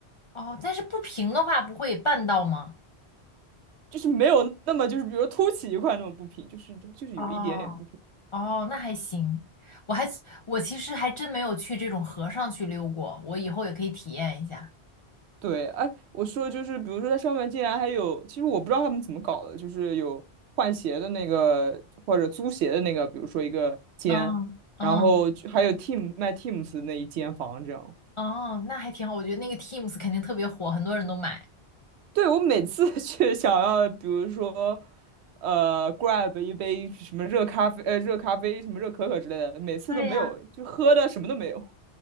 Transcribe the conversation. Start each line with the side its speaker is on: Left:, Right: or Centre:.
Left: 哦，但是不平的话不会绊到吗？
Right: 就是没有那么就是比如说凸起一块那么不平，就是就是有一点点不平。
Left: 哦哦，那还行。我还我其实还真没有去这种河上去溜过，我以后也可以体验一下。
Right: 对，哎，我说就是，比如说它上面竟然还有，其实我不知道他们怎么搞的，就是有换鞋的那个或者租鞋的那个，比如说一个间，
Left: 嗯嗯
Right: 然后就还有 Team 卖 Teams 的那一间房这样。
Left: 哦，那还挺好。我觉得那个 Teams 肯定特别火，很多人都买。
Right: 对，我每次 <laughs> 去想要，比如说，呃，grab 一杯什么热咖啡，呃，热咖啡什么热可可之类的，每次都没有，
Left: 对呀，
Right: 就喝的什么都没有。